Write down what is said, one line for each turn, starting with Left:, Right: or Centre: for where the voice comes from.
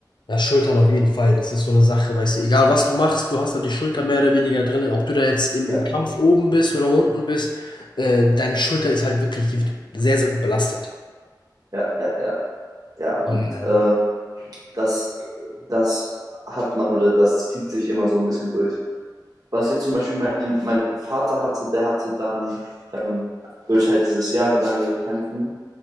Left: Ja, Schultern auf jeden Fall. Das ist so eine Sache, weißt du, egal was du machst, du hast da die Schulter mehr oder weniger drin. Ob du da jetzt im
Right: Ja,
Left: im Kampf oben bist oder unten bist, äh, deine Schulter ist halt wirklich die wird sehr, sehr gut belastet.
Right: ja, ja, ja. Ja, und
Left: Ja.
Right: äh, das, das hat man oder das zieht sich immer so ein bisschen durch. Was jetzt zum Beispiel mein, mein Vater hatte, der hatte dann ähm, durch halt dieses jahrelange Kämpfen